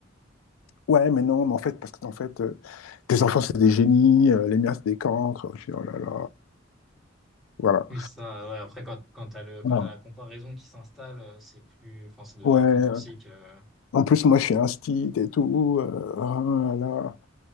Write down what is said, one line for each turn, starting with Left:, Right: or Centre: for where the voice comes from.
Left: Ouais, mais non, mais en fait, parce que en fait, euh, tes enfants, c'est des génies, euh, les miens, c'est des cancres. Je dis, oh là là. Voilà.
Centre: Oui, c'est ça. Ouais. Après, quand, quand t'as le, quand
Left: Ah,
Centre: t'as la comparaison qui s'installe, euh, c'est plus, enfin, ça devient
Left: Ouais,
Centre: un
Left: euh,
Centre: peu toxique. euh.
Left: en plus, moi, je suis un stit et tout. euh, ah, là.